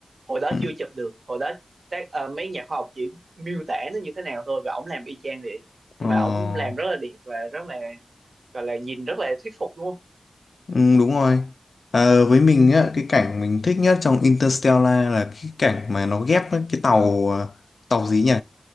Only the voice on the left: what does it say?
Ừ,
ờ,
ừm, đúng rồi. Ờ, với mình á, cái cảnh mình thích nhất trong Interstellar là cái cảnh mà nó ghép với cái tàu ờ, tàu gì nhỉ?